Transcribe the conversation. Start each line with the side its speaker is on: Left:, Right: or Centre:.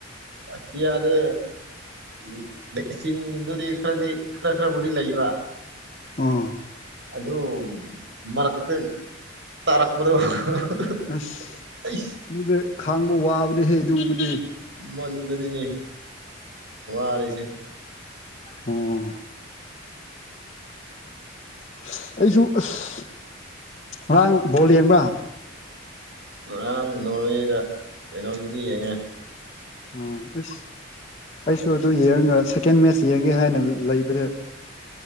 Right: ꯑꯇꯤꯌꯥꯗ ꯂꯩ ꯂꯩꯆꯤꯟꯗꯨꯗꯤ ꯈꯔꯗꯤ ꯈ꯭ꯔ ꯈ꯭ꯔꯕꯨꯗꯤ ꯂꯩꯕ
Left: ꯑꯣ
Right: ꯑꯗꯨ ꯃꯔꯛꯇ ꯇꯥꯔꯛꯄꯗꯣ <unintelligible>
Left: ꯑꯁ
Right: ꯑꯩ
Left: ꯑꯗꯨꯗꯦ ꯈꯥꯡꯕ ꯋꯥꯕꯅꯦꯍꯦ ꯑꯗꯨꯒꯨꯝꯕꯗꯤ
Right: ꯃꯗꯨꯗꯅꯤꯅꯦ ꯋꯥꯔꯤꯁꯦ
Left: ꯑꯣ ꯑꯁ ꯑꯩꯁꯨ ꯑꯁ ꯉꯔꯥꯡ ꯕꯣꯜ ꯌꯦꯡꯕ꯭ꯔꯥ
Right: ꯉꯔꯥꯡ ꯅꯣꯔꯋꯦꯒ ꯀꯩꯅꯣꯗꯨꯗꯤ ꯌꯦꯡꯉꯦ
Left: ꯎꯝ ꯑꯁ ꯑꯩꯁꯨ ꯑꯗꯨ ꯍꯦꯡꯉꯒ ꯁꯦꯀꯦꯟ ꯃꯦꯠꯆ ꯌꯦꯡꯒꯦ ꯍꯥꯏꯅ ꯂꯂꯩꯕꯗ